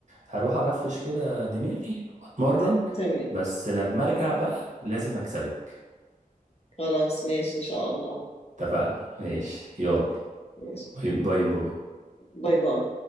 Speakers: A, on the right (about 55°); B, on the left (about 45°).
A: هروح أرفش كده دماغي وأتمرن
B: ت- تمام
A: بس لما أرجع بقى لازم أكسبك
B: خلاص ماشي إن شاء الله
A: اتفقنا ماشي يلا
B: ماشي
A: باي باي باي
B: باي باي